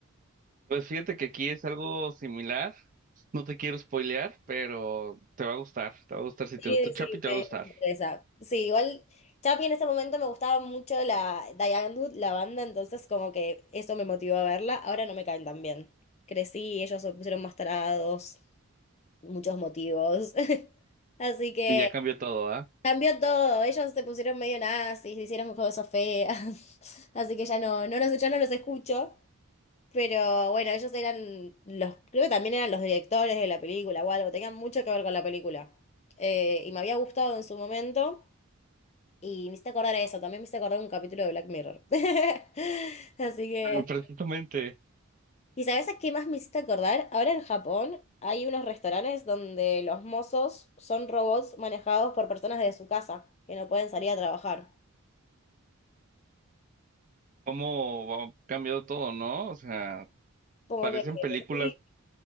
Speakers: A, on the right (about 35°); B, on the left (about 30°).
A: Pues fíjate que aquí es algo similar. No te quiero spoilear, pero te va a gustar. Te va a gustar. Si
B: Sí,
A: te gustó Chapi,
B: sí,
A: te
B: me
A: va a gustar.
B: interesa. Sí, igual Chapi en ese momento me gustaba mucho la Diane Wood, la banda, entonces como que eso me motivó a verla. Ahora no me caen tan bien. Crecí, ellos se pusieron más tarados, muchos motivos. <laughs> Así que...
A: Y ya cambió todo, ¿ah?
B: Cambió todo, ellos se pusieron medio nazis, hicieron cosas feas, <laughs> así que ya no, no los, ya no los escucho, pero bueno, ellos eran los, creo que también eran los directores de la película o algo, tenían mucho que ver con la película. Eh, y me había gustado en su momento, y me hice acordar a eso, también me hice acordar un capítulo de Black Mirror. <laughs> Así que,
A: Ah, Precisamente,
B: ¿y sabes a qué más me hiciste acordar? Ahora en Japón hay unos restaurantes donde los mozos son robots manejados por personas de su casa, que no pueden salir a trabajar.
A: cómo ha cambiado todo, ¿no? O sea,
B: Como
A: parecen
B: que
A: películas,
B: sí,